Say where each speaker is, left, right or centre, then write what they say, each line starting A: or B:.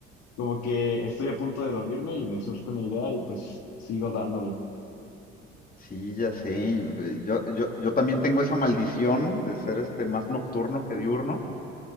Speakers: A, on the left; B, on the left.
A: como que estoy a punto de dormirme y me surge una idea y pues sigo dándole.
B: Sí, ya sé. eh, Yo, yo, yo también tengo esa maldición de ser este más nocturno que diurno.